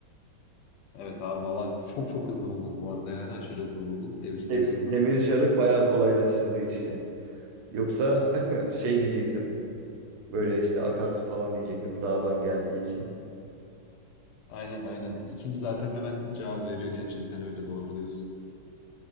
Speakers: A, on the left (about 90°); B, on the right (about 85°).
A: Evet abi valla çok çok hızlı buldun bu arada yani aşırı hızlı buldun. Tebrik
B: De-
A: ediyorum.
B: demir çarık bayağı kolaylaştırdı işi. Yoksa <laughs> şey diyecektim. Böyle işte akarsu falan diyecektim dağdan geldiği için.
A: Aynen aynen. İkinci zaten hemen cevap veriyor gerçekten öyle doğru diyorsun.